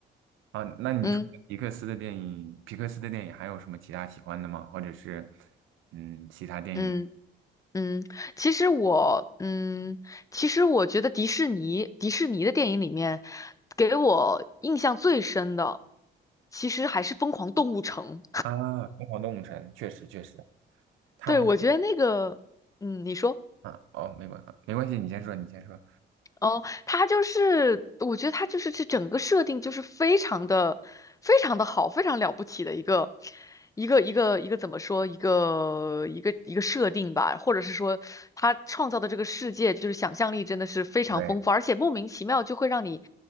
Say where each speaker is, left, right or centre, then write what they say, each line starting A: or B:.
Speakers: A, on the right (about 80°); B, on the left (about 15°).
A: 啊，那你除了皮克斯的电影，
B: 嗯
A: 皮克斯的电影还有什么其他喜欢的吗？或者是，嗯，其他电影
B: 嗯嗯，其实我，嗯，其实我觉得迪士尼迪士尼的电影里面，给我印象最深的，其实还是《疯狂动物城》。
A: 啊，《疯狂动物城》确实确实，他不
B: 对，我觉得那个，嗯，你说。
A: 啊，哦，没关没关系，你先说，你先说。
B: 哦，他就是，我觉得他就是这整个设定就是非常的、非常的好，非常了不起的一个、一个、一个、一个怎么说？一个、一个、一个设定吧，或者是说他创造的这个世界，就是想象力真的是非常丰富，
A: 对
B: 而且莫名其妙就会让你，